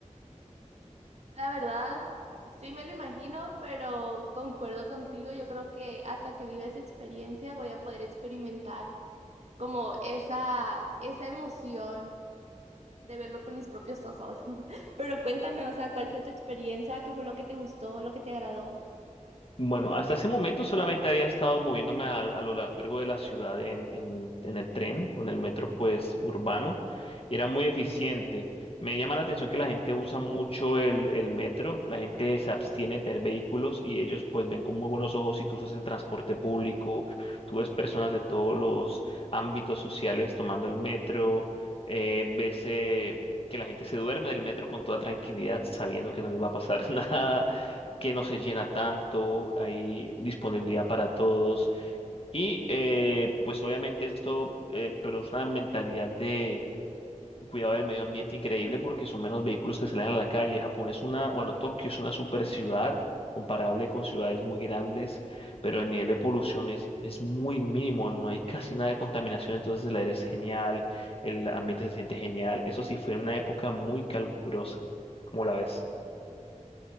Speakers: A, on the right; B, on the left.
A: La verdad, sí me lo imagino, pero concuerdo contigo. Yo creo que hasta que viva esa experiencia voy a poder experimentar como esa, esa emoción de verlo con mis propios ojos. <laughs> Pero cuéntame, o sea, ¿cuál fue tu experiencia? ¿Qué fue lo que te gustó, lo que te agradó?
B: Bueno, hasta ese momento solamente había estado moviéndome a, a lo largo de la ciudad en, en- en el tren o en el metro, pues, urbano, y era muy eficiente. Me llama la atención que la gente usa mucho el, el metro, la gente se abstiene de tener vehículos y ellos, pues, ven con muy buenos ojos si tú usas el transporte público, tú ves personas de todos los ámbitos sociales tomando el metro, eh, ves... eh, que la gente se duerme del metro con toda tranquilidad, sabiendo que no les va a pasar <laughs> nada que no se llena tanto, hay disponibilidad para todos. Y eh, pues obviamente esto eh, produce una mentalidad de cuidado del medio ambiente increíble porque son menos vehículos que salen a la calle. Japón es una, bueno, Tokio es una super ciudad comparable con ciudades muy grandes, pero el nivel de polución es, es muy mínimo, no hay casi nada de contaminación, entonces el aire es genial, el ambiente se siente genial. Eso sí, fue una época muy calurosa, como la ves.